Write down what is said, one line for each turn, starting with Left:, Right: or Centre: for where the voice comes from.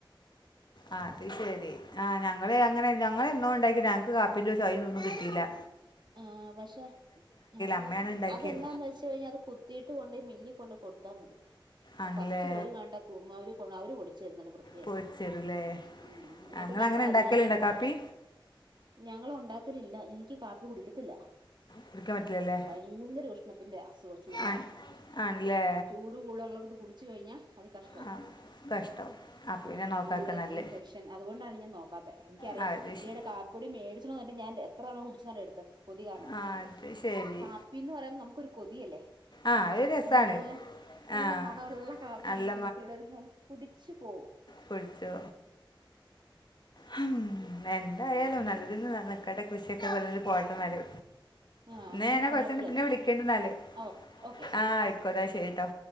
Left: ആ അത് ശരി ആ ഞങ്ങൾ അങ്ങനെ ഞങ്ങൾ എന്നോ ഇണ്ടാ ക്കി ഞങ്ങക്ക് കാപ്പിന്റെ ചൊയിം ഇതൊന്നും കിട്ടിലാ
Right: ആ പക്ഷേ അ
Left: അമ്മയാണ് ഉണ്ടാക്കിയത്
Right: അതെന്നാന്ന് വെച്ച് കഴിഞ്ഞാ അത് കുത്തിയിട്ട് കൊണ്ടോയ് മില്ലി കൊണ്ട് കൊട്ത്താ മതി ആ
Left: ആണല്ലേ
Right: ഫസ്റ്റ് തൊലി കണ്ടാ <unintelligible> ഒര് കൊണ്ട് അവര് പൊടി ചരും നല്ല വൃത്തി ആയിട്ട്
Left: പൊരിച്ച് തരൂല്ലേ
Right: മ് എന്നിട്ട്
Left: നിങ്ങൾ
Right: നമ്പള
Left: അങ്ങനെ ഉണ്ടാക്കലുണ്ടോ
Right: അതിനെ
Left: കാപ്പി
Right: ഞങ്ങള് ഉണ്ടാക്കല് ഇല്ല എനിക്ക് കാ ഇത് കുടിക്കത്തില്ല
Left: കുടിക്കാൻ പറ്റില്ലല്ലേ
Right: ഭയങ്കര ഊഷ്ണത്തിന്റെ അസുഖം ചൂട
Left: ആണ് ആണല്ലേ
Right: ചൂട് കൂളള്ളോട്ത്ത് കുടി റ്റ് കഴിഞ്ഞാ അതി കഷ്ട്ടോ
Left: ആ കഷ്ടമാവും അപ്പോൾ
Right: മ്
Left: പിന്നെ നോക്കാക്ക
Right: യൂറിയൻ
Left: നല്ല
Right: ഇൻഫെക്ഷൻ അത് കൊണ്ടാണ് ഞാൻ പാത്തേ എൻക്കറിയ
Left: ആ അത് ശരി
Right: ഏഴ് കാക്കുടിം മേടിച്ചിണോ ത ന്നിട്ട് ഞാൻ തേ എത്രണ്ണം കുടിച്ചു ന്നറിയോ എ കൊതി കാരണം
Left: ആ അത് ശരി
Right: കാപ്പി ന്നു പറയാൻ നമുക്കൊരു കൊതിയല്ലേ
Left: ആ അത് രസമാണ്
Right: നല്ല നല്ല
Left: ആ
Right: മണമുള്ള കാപ്പി
Left: നല്ല
Right: ഇങ്ങനെ മൂക്കിലിടരുന്നോ കുടിച് പോകും
Left: പിടിച്ചോ ഹം എന്തായാലും
Right: ഉം അങ്ങ
Left: നല്ല രീതിൽ നടക്കട്ടെ കൃഷി ഒക്കെ വല്ലു പോട്ടെന്നാല്
Right: ആ
Left: ഇന്നാ
Right: അങ്ങനെയുള്ളപ്പളേ
Left: ഞാന കുറച്ച കഴിഞ്ഞിട്ട് പിന്നേ വിളിക്കണ്ട് ന്നാല്
Right: ഓക്കെ ഓക്കെ ശരി
Left: ആ
Right: ശരി
Left: ആയിക്കോട്ടെ അത് ശെരിട്ടോ